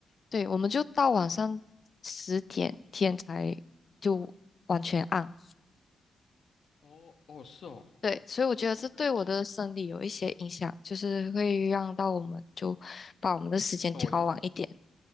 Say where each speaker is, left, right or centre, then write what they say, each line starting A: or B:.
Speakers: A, on the left; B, on the left.
A: 对，我们就到晚上十点天才就完全暗，
B: 哦，哦，是哦，
A: 对，所以我觉得这对我的生理有一些影响，
B: 我是
A: 就是会让到我们就把我们的时间调晚一点。
B: 哦，我